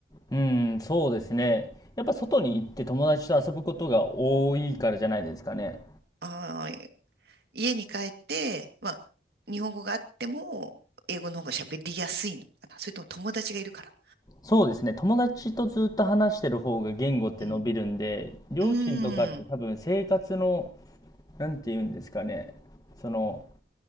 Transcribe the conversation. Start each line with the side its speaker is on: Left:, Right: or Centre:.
Left: うん、そうですね。やっぱ外に行って友達と遊ぶことが多いからじゃないですかね。
Right: あー家に帰って、まあ、日本語があっても、英語の方が喋りやすいのかな。それとも友達がいるから。
Left: そうですね。友達とずっと話してる方が言語って伸びるんで、
Right: うん。
Left: 両親とかって多分生活の、
Right: うーん。
Left: なんて言うんですかね。その、